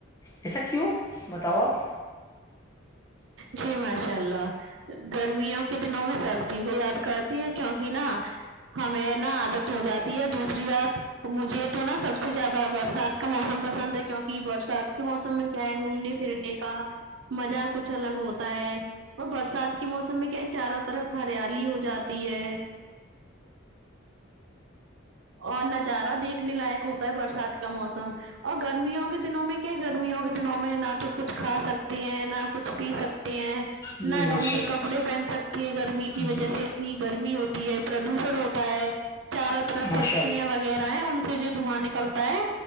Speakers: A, on the left; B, on the right.
A: ایسا کیوں بتاؤ آپ
B: جی ماشاء اللہ گرمیوں کے دنوں میں سردی کو یاد کر کیک نا ہمیں نا عادت ہو جاتی ہے دوسری بات مجھے تو نا سب سے زیادہ برسات کا موسم پسند ہے کیونکہ بر سرد کے موسم میں کیا ہے گھومنے پھرنے کا مزہ کچھ الگ ہوتا ہے اور برسات کے موسم میں کیا ہے چاروں طرف ہریالی ہو جاتی ہے اور نظارہ دیکھنے لائق ہوتا ہے برسات کا موسم اور گرمیوں کے دنوں میں کیا گرمیوں کے دنوں میں نہ تو کچھ کھا سکتے ستی ہیں نہ کچھ پی سکتی ہیں
A: جی
B: نہ
A: ماشاء
B: ڈھنگ کے
A: اللہ
B: کپڑے پہن سکتی ہیں گرمی کی وجہ
A: جی
B: سے اتنی گرمی ہوتی ہے پردوشن ہوتا ہے چاروں طرف
A: ماشاء
B: فیکٹریاں
A: اللہ
B: وغیرہ ہیں ان سے جو دھواں نکلتا ہے